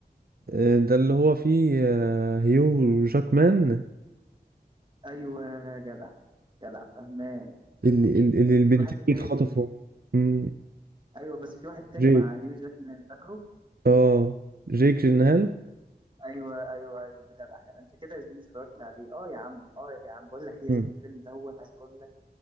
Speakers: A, on the right; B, on the right.
A: آه، ده اللي هو فيه آه، هيو جاكمان
B: ايوه جدع جدع فهمان
A: اللي, اللي البنتين
B: وفي واحد تاني
A: اتخطفوا مم،
B: ايوه بس في واحد تاني
A: جيك
B: مع هيو جاكمان فاكره
A: اه جيك جينهال
B: ايوه ايوه ايوه جدع جدع انت كده يا زميلي اتفرجت عليه اه يا عم اه يا عم بقول لك ايه يا
A: مم.
B: زميلي الفيلم دوت عايز اقول لك